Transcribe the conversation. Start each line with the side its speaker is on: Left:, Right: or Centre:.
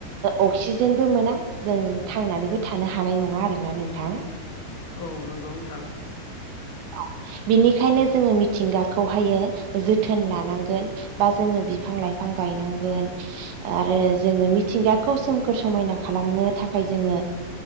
Right: अक्सिजेनबो मोना जों थांनानैबो थानो हानाय नङा आरोना नोंथां।
Left: औ नंगौ नोंथां
Right: औ बिनिखायनो जोङो मिथिंगाखौहायो जोथोन लानांगोन। बा जोङो बिफां लाइफां गायनांगोन आरो जोङो मिथिंगा खौ सोमखोर समायना खालामनो थाखाय जोङो